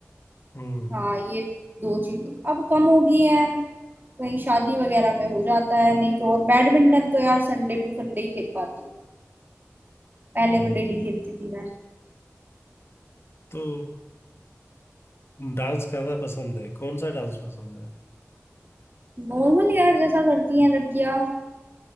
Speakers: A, on the left; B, on the right.
A: हम्म
B: हाँ ये दो चीज अब कम हो गई है कहीं शादी वगैरह में हो जाता है नहीं तो और बैडमिंटन तो यार संडे टू संडे ही खेल पाती हूँ पहले
A: हम्म।
B: तो डेली खेलती थी मैं
A: तो डांस करना पसंद है कौन सा डांस पसंद है
B: नॉर्मल यार जैसा करती हैं लड़कियां